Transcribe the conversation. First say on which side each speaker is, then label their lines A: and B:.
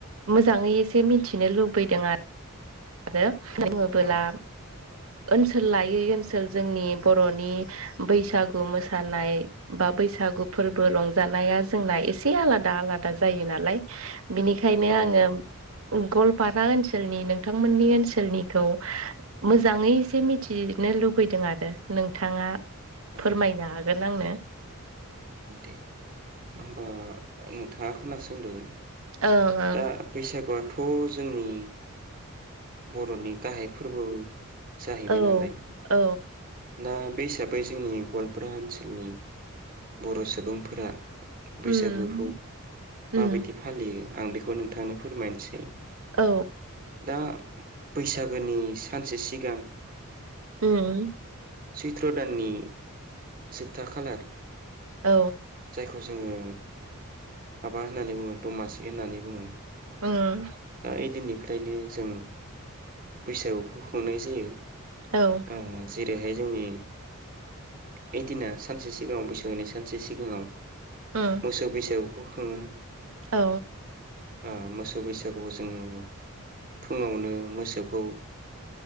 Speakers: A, on the right (about 70°); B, on the right (about 40°).
A: मोजाङै एसे मिथिनो लुबैदों आ आरो बुङोबोला
B: औ
A: ओनसोल लायै ओनसोल जोंनि बर'नि बैसागु मोसानाय बा बैसागु फोरबो रंजानाया जोंना एसे आलादा आलादा जायो नालाय। बिनिखायनो
B: औ
A: आङो। गलपारा ओनसोलनि नों नोंथांमोननि ओनसोलनिखौ मोजाङै एसे मिथिनो लुबैदों आरो नोंथाङा।
B: औ
A: फोरमायनो हागोन। नांनो
B: दे होमबा नोथां हा खोनासोंदों
A: ओं ओं
B: दा बैसागुआथ' जोंनि बर'नि गाहाय फोरबो जाहैबाय
A: औ
B: नालाय
A: औ
B: दा बे हिसाबै जोंनि गवालपारा ओनसोलनि बर' सुबुंफोरा
A: उम
B: बैसागोखौ
A: उम
B: माबायदि फालियो आं बेखौ नोंथांनो फोरमायनोसै
A: औ
B: आ बैसागोनि सानसे सिगां
A: उम
B: सैत्र' दाननि जोबथा खालार
A: औ
B: जायखौ जों जोङो माबा होननानै बुङो दमासि होननानै बुङो
A: उम
B: ओ एदिननि ओंखायनो जों बैसागुखौ खुंनाय जायो
A: औ
B: ओ जेरैहाय जोंनि ओइदिना सानसे सिगाङाव बैसागोनि सानसे सिगाङाव
A: उम
B: मोसौ बैसागुखौ खुङो
A: औ
B: ओ मोसौ बैसागुआव जोङो फुङावनो मोसौखौ